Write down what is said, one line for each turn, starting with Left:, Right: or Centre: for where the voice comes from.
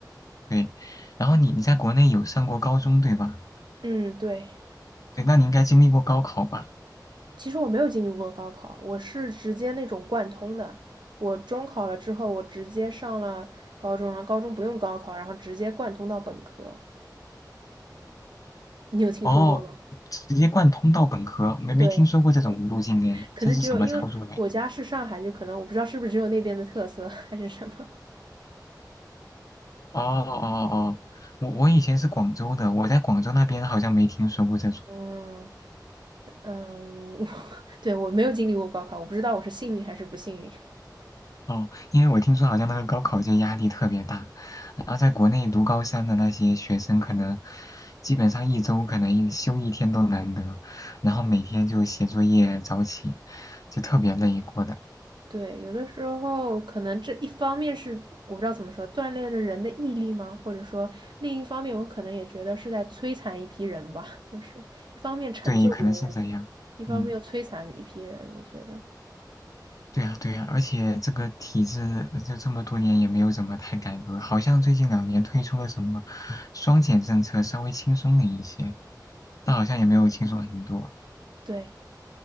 Left: 对，然后你你在国内有上过高中对吧？
Right: 嗯，对。
Left: 对，那你应该经历过高考吧？
Right: 其实我没有经历过高考，我是直接那种贯通的。我中考了之后，我直接上了高中，然后高中不用高考，然后直接贯通到本科。你有听说过吗？
Left: 哦，直接贯通到本科，没没听说过这种路径哎，
Right: 对，可能只有因为我家是上海，
Left: 这是什么操作嘞？
Right: 就可能我不知道是不是只有那边的特色还是什么。
Left: 哦哦哦，我我以前是广州的，我在广州那边好像没听说过这种。
Right: 嗯嗯，<laughs> 对，我没有经历过高考，我不知道我是幸运还是不幸运。
Left: 哦，因为我听说好像那个高考就压力特别大，然后在国内读高三的那些学生，可能基本上一周可能一休一天都难得，然后每天就写作业、早起，就特别累过的。
Right: 对，有的时候可能这一方面是我不知道怎么说，锻炼了人的毅力吗？或者说另一方面，我可能也觉得是在摧残一批人吧，<laughs> 就是一方面成就别人，
Left: 对，可能是这样。
Right: 一方面又摧残一批人。
Left: 嗯，
Right: 我觉得，
Left: 对呀，对呀，而且这个体制就这么多年也没有怎么太改革，好像最近两年推出了什么双减政策，稍微轻松了一些，但好像也没有轻松很多。
Right: 对，